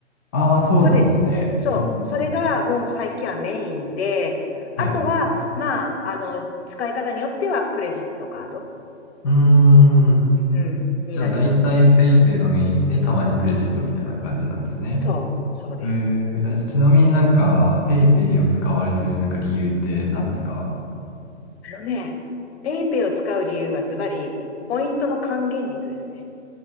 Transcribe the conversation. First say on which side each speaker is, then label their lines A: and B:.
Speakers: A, on the left; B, on the left.
A: ああ、そうなんですね。
B: それ、そう、
A: うん。
B: それがもう最近はメインで、
A: はい。
B: あとは、まあ、あの、使い方によってはクレジットカード、
A: うーん。
B: うん、になります。
A: じゃあ、だいたい PayPay がメインで、たまにクレジットみたいな感じなんですね。
B: そう、そうです。
A: えー、あじゃあちなみになんか、PayPay を使われてるなんか理由って何ですか
B: あのね、ペイペイを使う理由はズバリ、ポイントの還元率ですね。